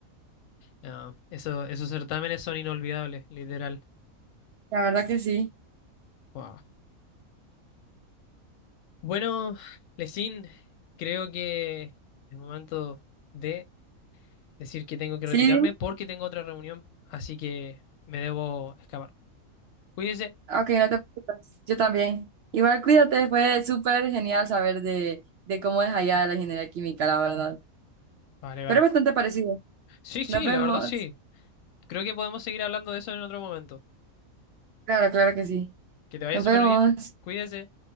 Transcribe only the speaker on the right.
La verdad que sí.
Sí,
dime.
Ok, no te preocupes. Yo también. Igual cuídate, fue súper genial saber de, de cómo es allá la ingeniería química, la verdad.
Pero es bastante parecido.
Nos vemos.
Claro, claro que sí.
Nos
vemos.